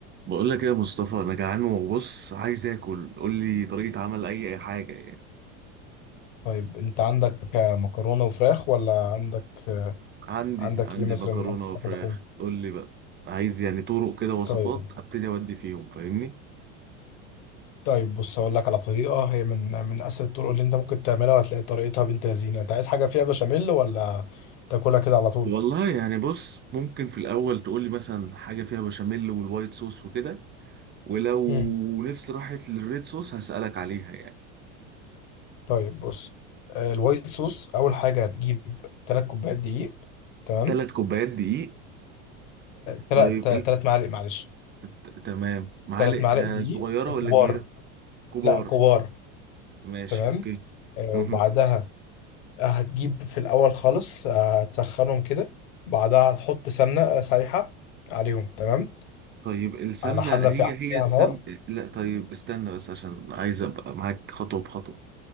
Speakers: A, on the right; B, on the left.
A: بقول لك ايه يا مصطفى انا جعان وبص عايز اكل قول لي طريقة عمل اي اي حاجة يعني
B: طيب انت عندك آه، مكرونة وفراخ ولا عندك آه،
A: عندي
B: عندك
A: عندي
B: ايه مثلا
A: مكرونة
B: من اصناف
A: وفراخ
B: اللحوم
A: قول لي بقى عايز يعني طرق كده وصفات
B: طيب
A: ابتدي اودي فيهم فاهمني
B: طيب بص هقول لك على طريقة هي من من اسهل الطرق اللي انت ممكن تعملها وهتلاقي طريقتها بنت لذينة انت عايز حاجة فيها بشاميل ولا تاكلها كده على طول
A: والله يعني بص ممكن في الاول تقول لي مثلا حاجة فيها بشاميل والوايت صوص وكده ولو
B: مم.
A: نفسي راحت للريد صوص هسألك عليها يعني
B: طيب بص آه، الوايت صوص اول حاجة هتجيب 3 كوبايات دقيق تمام
A: ثلاث كوبايات دقيق
B: 3
A: طيب
B: 3
A: ايه
B: معالق معلش
A: ت- تمام معالق
B: 3 معالق
A: آه،
B: دقيق
A: صغيرة
B: كبار
A: ولا كبيرة كبار
B: لا كبار
A: ماشي
B: تمام
A: اوكي
B: آه،
A: مهم.
B: وبعدها هتجيب في الأول خالص آه، هتسخنهم كده بعدها هتحط سمنة آه، سايحة عليهم تمام
A: طيب السمنة
B: على حلة
A: هي
B: في عليها
A: هي السمن
B: نار
A: لا طيب استنى بس عشان عايز ابقى معاك خطوة بخطوة